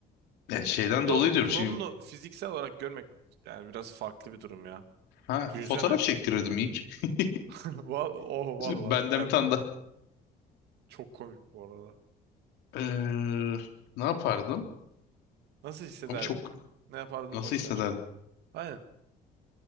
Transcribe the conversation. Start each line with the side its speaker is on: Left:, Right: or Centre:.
Left: Yani şeyden
Right: Bir de
Left: dolayı
Right: oğlum
Left: diyorum
Right: klonunu
Left: şimdi
Right: fiziksel olarak görmek yani biraz farklı bir durum ya.
Left: ha
Right: Düşünsene.
Left: fotoğraf çektirirdim ilk. <laughs>
Right: <laughs> Val oh vallahi
Left: Benden
Right: güzel.
Left: bir tane daha.
Right: Çok komik bu arada.
Left: Eee, ne yapardım?
Right: Nasıl hissederdin?
Left: Abi çok
Right: Ne yapardın
Left: nasıl
Right: boş
Left: hissederdim?
Right: ver şimdi. Aynen.